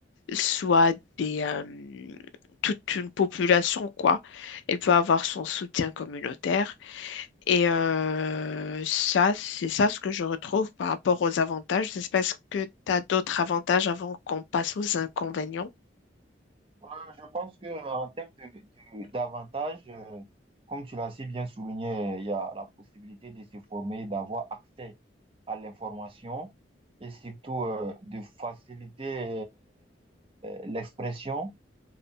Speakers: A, on the left; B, on the right.
A: soit des, euh, toute une population, quoi. Elle peut avoir son soutien communautaire. Et euh, ça, c'est ça ce que je retrouve par rapport aux avantages. Je sais pas, Est-ce que tu as d'autres avantages avant qu'on passe aux inconvénients?
B: Euh, je pense que euh, en termes de, de- d'avantages, euh, comme tu l'as si bien souligné, euh, il y a la possibilité de se former, d'avoir accès à l'information et surtout euh, de faciliter euh, l'expression